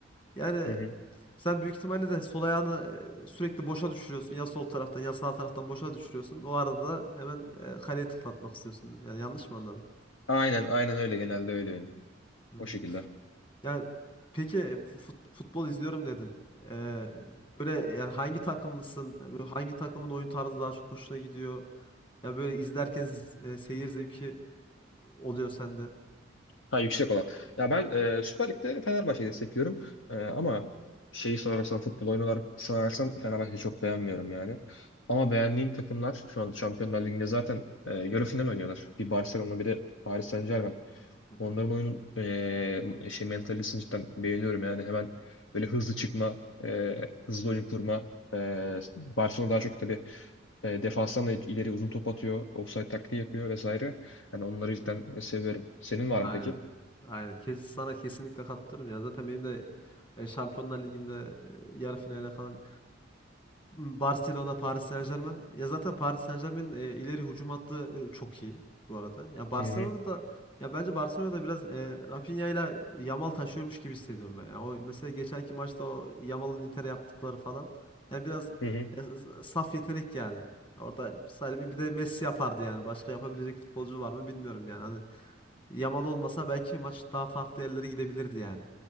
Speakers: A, on the left; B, on the left.
A: Yani
B: Hı hı.
A: sen büyük ihtimalle de sol ayağını e, sürekli boşa düşürüyorsun. Ya sol taraftan ya sağ taraftan boşa düşürüyorsun. O arada da hemen e, kaleye tıklatmak istiyorsun. Yani yanlış mı anladım?
B: Aynen, aynen öyle genelde öyle benim.
A: Hı.
B: O şekilde.
A: Yani peki fut- futbol izliyorum dedin. Ee, böyle yani hangi takımlısın? Böyle Hangi takımın oyun tarzı daha çok hoşuna gidiyor? Ya böyle izlerken z- e, seyir zevki oluyor sende.
B: Ha yüksek olan. Ya ben e, Süper Lig'de Fenerbahçe'yi destekliyorum. E, ama şeyi sorarsan futbol oyunu olarak sorarsan Fenerbahçe'yi çok beğenmiyorum yani. Ama beğendiğim takımlar şu an Şampiyonlar Ligi'nde zaten e, yarı final oynuyorlar. Bir Barcelona bir de Paris Saint-Germain.
A: Hı
B: Onların
A: hı.
B: oyunun e, şey mentalitesini cidden beğeniyorum yani hemen böyle hızlı çıkma, e, hızlı oyun kurma. E, Barcelona daha çok tabii e, defanstan da ileri uzun top atıyor, offside taktiği yapıyor vesaire. Yani onları cidden seviyorum. Senin var
A: Aynen.
B: mı peki?
A: Aynen. Kes, sana kesinlikle katılırım ya. Zaten benim de e, Şampiyonlar Ligi'nde e, yarı finale kalan Barcelona, Paris Saint-Germain. Ya zaten Paris Saint-Germain'in e, ileri hücum hattı e, çok iyi bu arada. Ya Barcelona'da
B: Hı hı,
A: da ya bence Barcelona'da biraz e, Rafinha ile Yamal taşıyormuş gibi hissediyorum ben. Yani o mesela geçenki maçta o Yamal'ın Inter'e yaptıkları falan. Yani biraz
B: hı hı,
A: e, saf yetenek yani. Orada sadece bir, bir de Messi yapardı yani. Başka yapabilecek futbolcu var mı bilmiyorum yani. Hani Yamal olmasa belki maç daha farklı yerlere gidebilirdi yani.